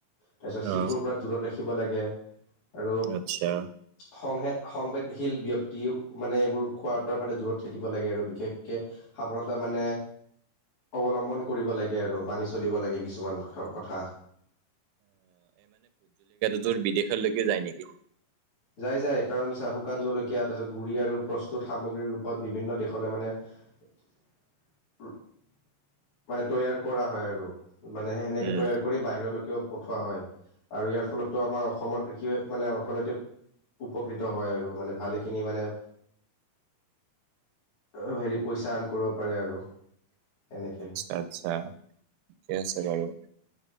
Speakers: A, on the left; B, on the right.
A: তাৰপিছত শিশুৰ
B: অ
A: পৰা দূৰত ৰাখিব লাগে আৰু
B: আচ্ছা
A: সংহে সংবেদশীল ব্যক্তিও মানে এইবোৰ খোৱাৰ পৰা মানে দূৰত থাকিব লাগে আৰু বিশেষকৈ সাৱধতা মানে অৱলম্বন কৰিব লাগে আৰু। মানী চলিব লাগে কিছুমান কথা।
B: য'ত বিদেশলৈকে যায় নেকি।
A: যায়-যায় কাৰণ চাহ শুকান জলকীয়া তাৰপিছত গুড়ি আৰু প্ৰস্তুত সামগ্ৰীৰ ৰূপত বিভিন্ন দেশলৈ মানে
B: <inaudible>
A: মানে তৈয়াৰ কৰা হয় আৰু। মানে সেনেকে
B: উম
A: তৈয়াৰ কৰি বাহিৰলৈকেও পঠোৱা হয় আৰু ইয়াৰ ফলতো আমাৰ অসমৰ কৃষি মানে অৰ্থনৈতিক উপকৃত হয় আৰু মানে ভালেখিনি মানে <unintelligible> হেৰি পইচা আৰ্ণ কৰিব পাৰে আৰু। এনেকে
B: আচ্ছা-আচ্ছা ঠিকে আছে বাৰু।